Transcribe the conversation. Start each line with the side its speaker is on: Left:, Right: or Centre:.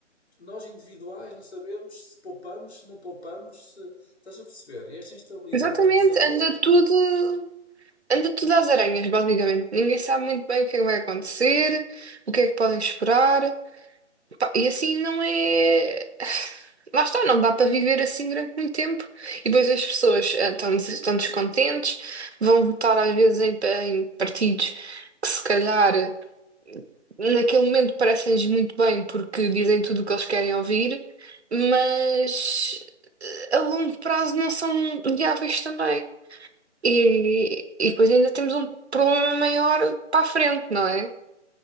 Left: Nós individuais não sabemos se poupamos, se não poupamos, se estás a perceber. E esta instabilidade
Right: exatamente
Left: tem que ser resolvida.
Right: anda tudo, anda tudo às aranhas, basicamente. Ninguém sabe muito bem o que é que vai acontecer, o que é que podem esperar. Pá, E assim não é. <sighs> Lá está, não dá para viver assim durante muito tempo. E depois as pessoas ah, estão, des- estão descontentes, vão votar às vezes em, pa- em partidos que se calhar eh, naquele momento parecem-lhes muito bem porque dizem tudo o que eles querem ouvir, mas
Left: Sim. claro
Right: eh, a longo prazo não são viáveis também. E, e depois ainda temos um problema maior para a frente, não é?